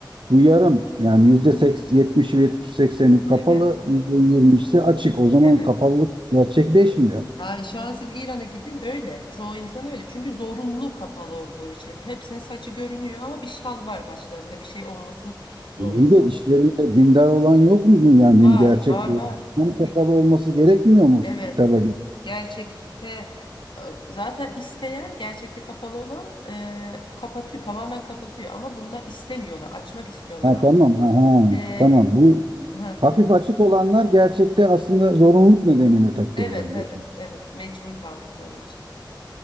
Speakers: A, on the right; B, on the left.
A: bu yarım yani yüzde seks 70 70 sekseni kapalı
B: Evet.
A: yüzde 20'si açık. O zaman
B: Evet.
A: kapalılık gerçekleşmiyor.
B: Ha, şu an siz İran'a gidin öyle. Çoğu insan öyle. Çünkü zorunlu kapalı olduğu için. Hepsinin saçı görünüyor ama bir şal var başlarında. Bir şey olması zorunda.
A: İyi de işlerinde dindar olan yok mu yani
B: Var,
A: din gerçek
B: var, var.
A: tam kapalı
B: Bir-
A: olması gerekmiyor mu
B: Evet.
A: kitaba göre?
B: Gerçekte e, zaten isteyen gerçekte kapalı olan e, kapatıyor. Tamamen kapatıyor. Ama bunlar istemiyorlar. Açmak istiyorlar.
A: Ha
B: ama,
A: tamam ha, ha,
B: E,
A: tamam bu
B: ha,
A: Hafif açık olanlar gerçekte aslında zorunluluk nedeniyle takıyorlar
B: evet,
A: diyorsun.
B: evet, evet. Mecbur kaldıkları için.